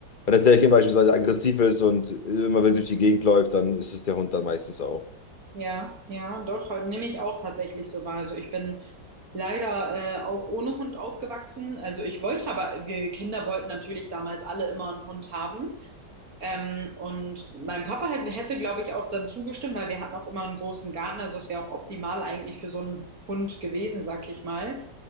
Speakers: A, on the left (about 30°); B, on the right (about 55°).
A: wenn das Härchen beispielsweise aggressiv ist und immer wild durch die Gegend läuft, dann ist es der Hund dann meistens auch.
B: ja, ja, doch, halt nehme ich auch tatsächlich so wahr. Also ich bin leider äh, auch ohne Hund aufgewachsen. Also ich wollte aber, wir Kinder wollten natürlich damals alle immer einen Hund haben. Ähm, und mein Papa hätte, hätte glaube ich, auch dann zugestimmt, weil wir hatten auch immer einen großen Garten. Also es wäre auch optimal eigentlich für so einen Hund gewesen, sag ich mal.